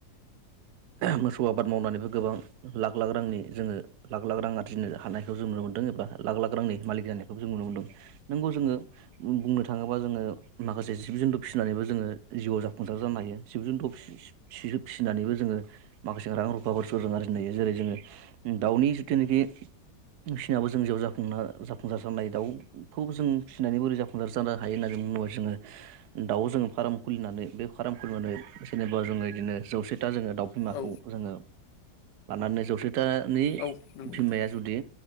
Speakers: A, on the right (about 70°); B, on the left (about 80°).
A: मोसौ आबाद मावनानैबो लाख लाख रांनि जोङो लाख लाख रां आरजिनो हानायखौ जों नुनो एबा मोनदों लाख लाख रांनि मालिक जानायखौबो जों नुनो मोनदों नंगौ जोङो बुंनो थाङोब्ला माखासे जिब फिसिनानैबो जोङो जिउआव जाफुंसार जानो हायो जिब जुनथ' फिसिनानैबो जोङो माखासे रां रुफाफोरखौ जों आरजिनो हायो जेरै जोङो दाउनि जिथुनाखि फिसिनाबो जों जिउ जा जाफुंसार जानो हायो दाउखौ जों फिसिनानै बोरै जाफुंसार जानो हायो होननानै बुङोबा जोङो दाउ जोङो फार्म खुलिनानै बे फार्म खुलिनानै जेनेबा जोङो बिदिनो जौसे दा जोङो दाउ बिमाखौ
B: औ
A: जोङो लानानै जौसे तानि
B: औ नंगौ
A: बिमाया
B: नोंथां
A: जुदि